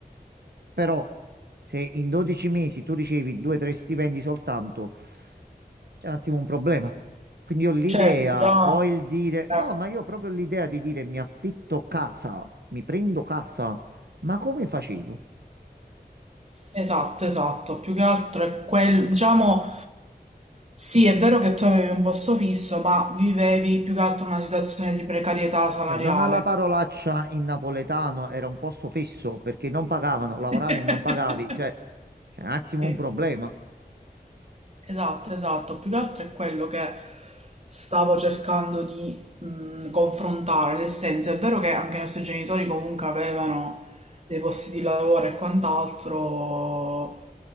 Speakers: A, on the right; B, on the right.
A: Però se in 12 mesi tu ricevi 2-3 stipendi soltanto, c'è un attimo un problema. Quindi ho l'idea,
B: Certo, già...
A: ho il dire,
B: eh,
A: no, ma io ho proprio l'idea di dire mi affitto casa, mi prendo casa, ma come facevo?
B: Esatto, esatto. Più che altro è quel... Diciamo, sì, è vero che tu avevi un posto fisso, ma vivevi più che altro una situazione di precarietà salariale.
A: Perdona la parolaccia in napoletano, era un posto fisso perché non pagavano,
B: <laughs>
A: lavoravi e non pagavi, cioè c'è un attimo un problema.
B: Sì. Esatto, esatto. Più che altro è quello che stavo cercando di mh, confrontare, nel senso è vero che anche i nostri genitori comunque avevano dei posti di lavoro e quant'altro,